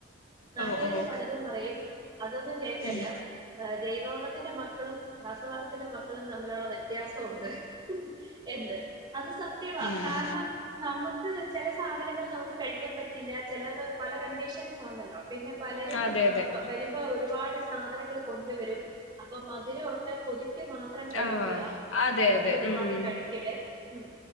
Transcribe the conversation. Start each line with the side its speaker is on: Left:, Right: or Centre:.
Right: നാട്ടുകാര്
Left: ഓ ഓ
Right: പലതും പറയും. അതൊന്നും കേൾക്കല്ല,
Left: ഉം
Right: ജൈവവളത്തിന്റെ മക്കളും രാസവളത്തിന്റെ മക്കളും, തമ്മിലുള്ള വ്യത്യാസമുണ്ട് എന്ത്, അത് സത്യവാ,
Left: ഉം
Right: കാരണം നമുക്ക് ക്ക്, ചില സാധനങ്ങൾ നമുക്ക് കഴിക്കാൻ പറ്റില്ല, ചിലത് പല കണ്ടീഷൻസ് ആണല്ലോ. പിന്നെ പലരും
Left: അതെ അതെ
Right: വരുമ്പോ ഒരു ഒരുപാട് സാധനങ്ങൾ കൊണ്ടുവരും, അപ്പം മധുരം ഒക്കെ കൊതി ക്ക്, മാത്രം കഴിക്കുക
Left: ആ അതെ
Right: അല്ലാണ്ട്
Left: അതെ
Right: ഒരുപാട്
Left: ഉം
Right: കഴിക്കല ഉം,